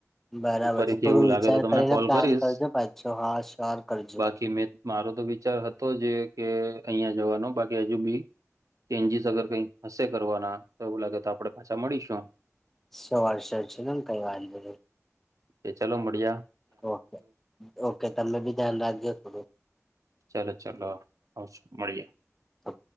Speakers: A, in the centre; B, on the right.
A: બરાબર
B: તો ફરીથી
A: છે થોડું
B: એવું લાગે
A: વિચાર
B: તો તમને
A: કરીને
B: કોલ
A: પ્લાન
B: કરીશ
A: કરજો પાછો હા શ્યોર કરજો.
B: કે મેં મારો તો વિચાર હતો જે કે અહિયાં જવાનો બાકી હજુ બી ચેન્જીસ અગર કઈ હશે કરવાના તો એવું લાગે તો આપડે પાછા મળીશું.
A: સવાર શર્ટ છે ને કઈ વાધો નથી.
B: કે ચાલો મઢિયા.
A: ઓકે, ઓકે તમે બી ધ્યાન રાખજો થોડું.
B: ચાલો ચાલો આવશો મળીએ.
A: ઓકે